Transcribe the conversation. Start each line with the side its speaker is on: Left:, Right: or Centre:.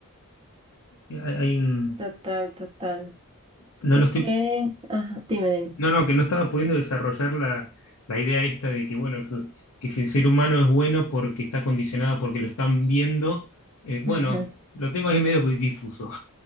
Left: eh, hay hay un,
Right: total, total.
Left: no
Right: Es
Left: lo estoy
Right: que, ajá, dime, dime.
Left: No, no, que no estaba pudiendo desarrollar la, la idea esta de que, bueno, que, que si el ser humano es bueno porque está condicionado, porque lo están viendo, eh, bueno,
Right: <laughs>
Left: lo tengo ahí medio que difuso.